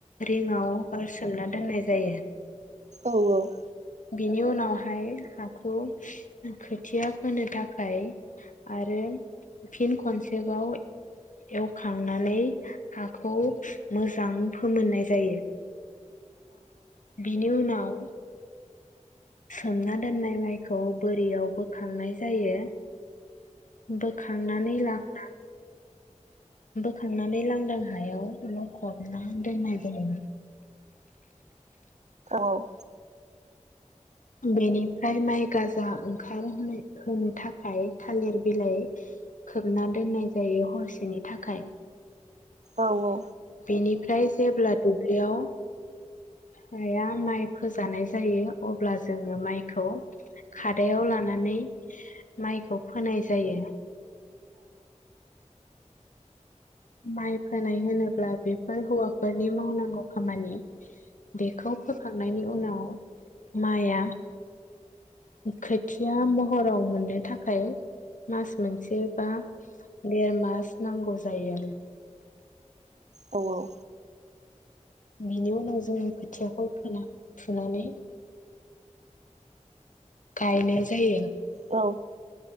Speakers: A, on the left; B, on the right.
A: रिंङाव बो सोमना दोननाय जायो।
B: औ औ।
A: बिनि उनावहाय हाखौ खोथिया फोनो थाखाय आरो फिन खनसेबाव एवखांनानै हा खौ मोजां फोमोननाय जायो। बिनि उनाव <inaudible> सोमना दोननाय माइखौ बोरियाव बोखांनाय जायो‌। बोखांनानै लांदां बोखांनानै लांदां हायाव लखबना दोननाय जायो।
B: औ
A: बेनिफ्राय माइ गाजा ओंखार होनो थाखाय थालिर बिलाइ खोबना दोननाय जायो हरसेनि थाखाय।
B: औ औ
A: बेनिफ्राय जेब्ला दुब्लियाव हाया माइ फोजानाय जायो अब्ला जोङो माइखौ खादायाव लानानै माइखौ फोनाय जायो। माइ फोनाय होनोब्ला बेफोर हौवाफोरनि मावनांगौ खामानि। बेखौ फोखांनायनि उनाव माया खोथिया महराव मोननो थाखाय मास मोनसे बा देर मास नांगौ जायो आरो
B: औ औ
A: बिनि उनाव जोङो खोथियाखौ फोना फुनानै गायनाय जायो
B: औ